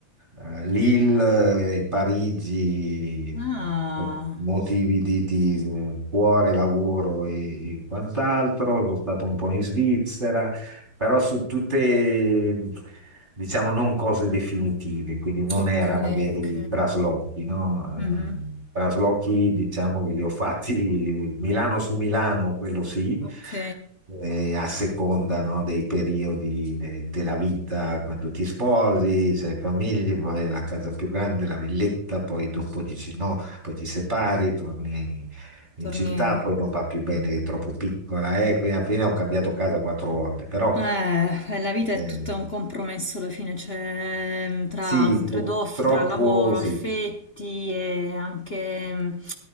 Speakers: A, on the right (about 20°); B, on the left (about 75°).
A: eh, Lille e Parigi,
B: Ah,
A: per motivi di, di, eh, cuore, lavoro e, e quant'altro, sono stato un po' in Svizzera però su tutte, diciamo, non cose definitive, quindi non
B: ok,
A: erano veri
B: ok.
A: traslochi, no?
B: Mhm,
A: Eh, traslochi, diciamo, che li ho fatti Milano su Milano, quello sì,
B: Ok,
A: eh, a seconda, no, dei periodi de- della vita, quando ti sposi, sei famiglia, poi la casa più grande, la villetta, poi dopo dici no, poi ti separi, torni in
B: tornieri.
A: città, poi non va più bene, che è troppo piccola, eh, quindi alla fine ho cambiato casa quattro volte, però
B: Eh, la vita è
A: eh,
B: tutta un compromesso alla fine, c'è mm, tra
A: sì,
B: un trade-off
A: purtroppo
B: tra lavoro,
A: sì.
B: affetti e anche mm,